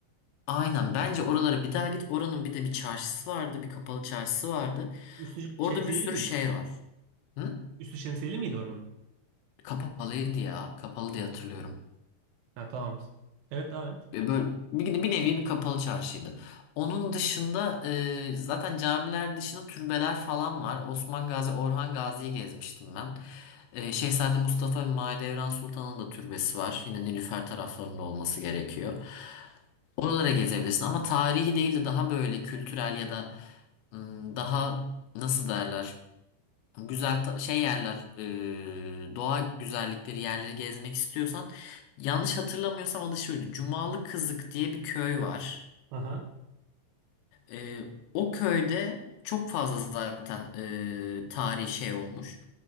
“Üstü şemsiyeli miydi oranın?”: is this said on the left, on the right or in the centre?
Right